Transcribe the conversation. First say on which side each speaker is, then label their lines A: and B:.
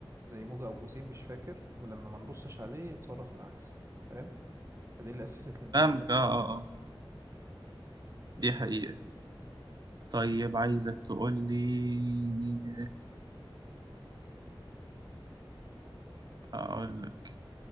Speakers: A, on the right; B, on the right.
A: زي موجة أو جسيم مش فاكر ولما ما نبصش عليه يتصرف العكس فاهم فدي اللي أسست لميكانيكا
B: فاهمك
A: الكم
B: آه آه
A: أصلا
B: آه دي حقيقة طيب عايزك تقول لي اقول لك